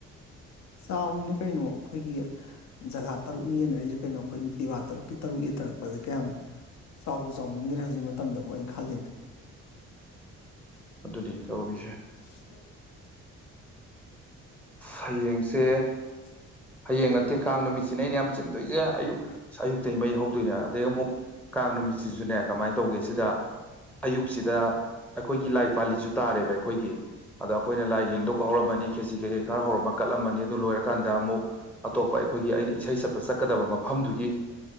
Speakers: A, on the left (about 65°); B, in the centre.
A: ꯆꯥꯎꯔꯤꯅ ꯀꯩꯅꯣ ꯑꯩꯈꯣꯏꯒꯤ ꯖꯒꯥ ꯇꯔꯨꯛꯅꯤ ꯌꯦꯟꯅꯔꯤꯁꯦ ꯀꯩꯅꯣ ꯑꯩꯈꯣꯏꯅ ꯅꯨ ꯄꯤꯕꯥ ꯇꯔꯨꯛꯀꯤ ꯇꯔꯨꯛ ꯌꯦꯟꯟꯅꯔꯛꯄꯗ ꯀꯌꯥꯝ ꯆꯥꯎꯕ ꯆꯥꯎꯃꯟꯈ꯭ꯔꯦ ꯍꯧꯖꯤꯛ ꯃꯇꯝꯗꯐ ꯑꯩꯅ ꯈꯜꯂꯤꯅꯦ
B: ꯑꯗꯨꯗꯤ ꯇꯧꯔꯤꯁꯦ
A: <inaudible>
B: ꯍꯌꯦꯡꯁꯦ
A: <inaudible>
B: ꯍꯌꯦꯡ ꯅꯠꯇꯦ ꯀꯥꯡ ꯅꯨꯃꯤꯠꯁꯤꯅꯦ ꯑꯩꯅ ꯌꯥꯝ ꯆꯤꯟꯗꯣꯏꯁꯦ ꯑꯌꯨꯛ ꯑ ꯑꯌꯨꯛꯇꯩ ꯃꯩ ꯍꯧꯗꯣꯏꯅꯦ ꯑꯗꯩ ꯑꯃꯨꯛ ꯀꯥꯡ ꯅꯨꯃꯤꯠꯁꯤꯁꯨꯖꯤꯅꯦ ꯀꯃꯥꯏꯅ ꯇꯧꯒꯦ ꯁꯤꯗ ꯑꯌꯨꯛꯁꯤꯗ ꯑꯩꯈꯣꯏꯒꯤ ꯂꯥꯏ ꯄꯥꯜꯂꯤꯁꯨ ꯇꯥꯔꯦꯕ ꯑꯩꯈꯣꯏꯒꯤ ꯑꯗ ꯑꯩꯈꯣꯏꯅ ꯂꯥꯏꯒꯤ ꯂꯨꯛ ꯍꯧꯔꯃꯅꯤ ꯈꯦꯖꯤ ꯀꯩꯀꯩ ꯈꯔ ꯍꯧꯔꯝꯃ ꯀꯠꯂꯝꯃꯅꯤ ꯑꯗꯨ ꯂꯣꯏꯔꯀꯥꯟꯗ ꯑꯃꯨꯛ ꯑꯇꯣꯞꯄ ꯑꯩꯈꯣꯏꯒꯤ ꯑꯩꯅ ꯏꯁꯩ ꯆꯠꯄ ꯆꯠꯀꯗꯕ ꯃꯐꯝꯗꯨꯒꯤ